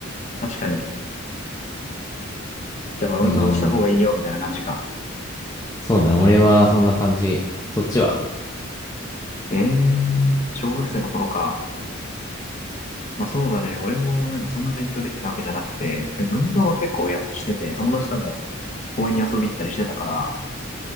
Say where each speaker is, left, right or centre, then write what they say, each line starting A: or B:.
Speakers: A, on the left (about 35°); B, on the left (about 15°).
A: 確かに。じゃあまあ運動した方がいいよみたいな感じか。
B: う。うん、そうだね。俺はそんな感じ。そっちは
A: えー、小学生の頃か。まあそうだね。俺もなんかそんな勉強できたわけじゃなくて、で運動は結構やしてて、友達とも公園に遊び行ったりしてたから、